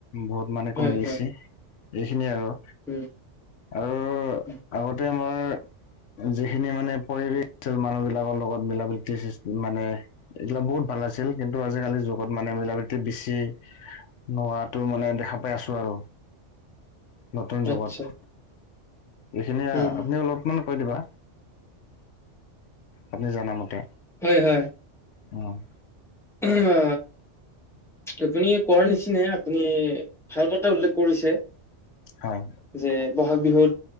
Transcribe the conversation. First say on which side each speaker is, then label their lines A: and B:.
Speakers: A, on the left (about 80°); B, in the centre.
A: বহুত মানে
B: হয়
A: কমি গৈছে
B: হয়
A: এইখিনিয়ে আৰু
B: উম
A: আৰু
B: উম
A: আগতে আমাৰ যিখিনি মানে পৰিৱেশ আছিল মানুহ বিলাকৰ লগত মিলা প্ৰীতি মানে এইগিলা বহুত ভাল আছিল কিন্তু আজিকালি যুগত মানে মিলা প্ৰীতি বেছি নোহোৱাতো মানে দেখা পাই আছো আৰু নতুন যুগত
B: আচ্ছা
A: এইখিনিয়ে
B: উম
A: আপুনি
B: উম
A: অলপমান কৈ দিবা আপুনি জনা মতে
B: হয় হয়
A: উম
B: উম আ আপুনি কোৱাৰ নিচিনা আপুনি ভাল কথা উল্লেখ কৰিছে
A: হয়
B: যে ব'হাগ বিহুত